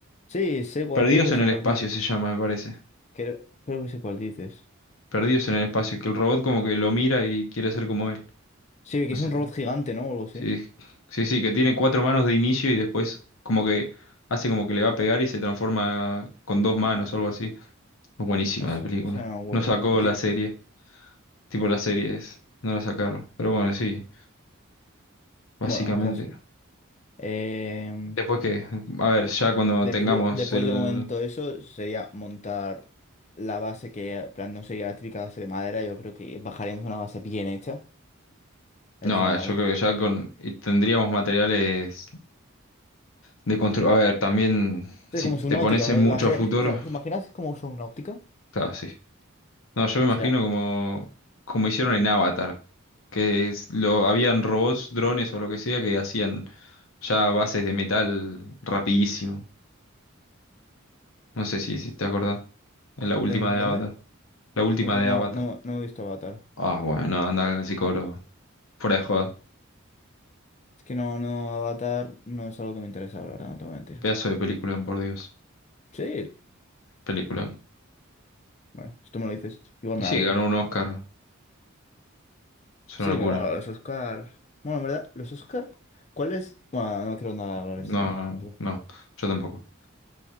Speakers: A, on the left; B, on the left.
A: Sí, sé cuál,
B: Perdidos
A: creo que
B: en
A: sé
B: el
A: cuál
B: espacio
A: dices.
B: se llama, me parece.
A: Creo, creo que sé cuál dices.
B: Perdidos en el espacio, que el robot como que lo mira y quiere ser como él.
A: Sí, que
B: No
A: es
B: sé.
A: un robot gigante, ¿no? O algo así.
B: Sí, sí, sí, que tiene cuatro manos de inicio y después como que hace como que le va a pegar y se transforma con dos manos o algo así. Buenísima
A: Es,
B: la película.
A: o sea, no me acuerdo.
B: No sacó
A: Pero
B: la
A: ti-
B: serie, tipo las series, no la sacaron. Pero bueno, sí, básicamente.
A: bueno, en caso. Em,
B: Después que, a ver, ya cuando
A: Depu-
B: tengamos
A: después
B: el...
A: de momento eso sería montar la base que en plan no sería la típica base de madera, yo creo que bajaríamos una base bien hecha. Es
B: No,
A: una
B: a ver, yo creo que ya con... y tendríamos materiales de construir... A ver, también
A: es
B: si
A: como
B: te
A: subnáutica,
B: pones
A: ¿no?
B: en mucho
A: Bajé-
B: a futuro,
A: ¿Te, te imaginas cómo usa náutica? O
B: claro, sí. No, yo me
A: sea,
B: imagino como, como hicieron en Avatar, que es- lo, habían robots, drones o lo que sea que hacían ya bases de metal rapidísimo. No sé si, si te acordás. En la última
A: ¿en
B: de
A: dónde?
B: Avatar. La última
A: No, sé,
B: de
A: no,
B: Avatar.
A: no no he visto Avatar.
B: Ah, bueno, no, anda al psicólogo. Fuera de joda.
A: Es que no, no, Avatar no es algo que me interesa, la verdad, no te voy a mentir.
B: Pedazo de película por Dios.
A: Sí,
B: película
A: bueno, si tú me lo dices, igual
B: Y
A: me
B: sí,
A: la veo.
B: ganó un Oscar. Es
A: Sí,
B: una locura.
A: pero bueno, los Oscar. Bueno, en verdad, los Oscar, ¿cuál es? Bueno, no quiero nada hablar
B: No,
A: de este tema. No
B: no,
A: puedo.
B: no, yo tampoco.